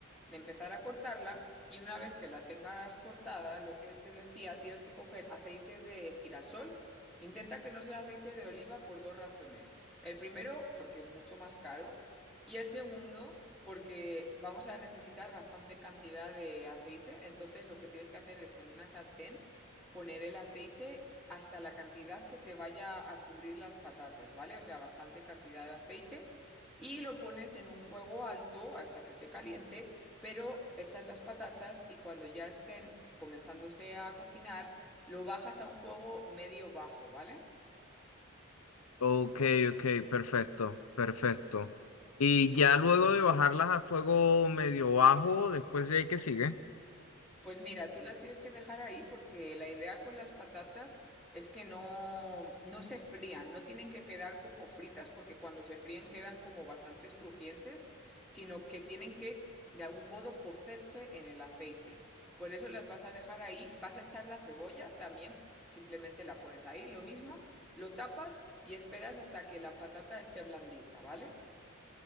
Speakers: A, in the centre; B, on the left.
A: de empezar a cortarla y una vez que la tengas cortada, lo que te decía, tienes que coger aceite de girasol. Intenta que no sea aceite de oliva por dos razones. El primero, porque es mucho más caro y el segundo, porque vamos a necesitar bastante cantidad de aceite. Entonces lo que tienes que hacer es en una sartén poner el aceite hasta la cantidad que te vaya a cubrir las patatas, ¿vale? O sea, bastante cantidad de aceite y lo pones en un fuego alto hasta que se caliente, pero echas las patatas y cuando ya estén comenzándose a cocinar, lo bajas a un fuego medio bajo, ¿vale?
B: Ok, ok, perfecto, perfecto. Y ya luego de bajarlas a fuego medio bajo, después de ahí que sigue.
A: Pues mira, tú las tienes que dejar ahí porque la idea con las patatas es que no, no se frían, no tienen que quedar como fritas porque cuando se fríen quedan como bastante crujientes, sino que tienen que de algún modo cocerse en el aceite. Por eso las vas a dejar ahí, vas a echar la cebolla también, simplemente la pones ahí, lo mismo, lo tapas y esperas hasta que la patata esté blandita, ¿vale?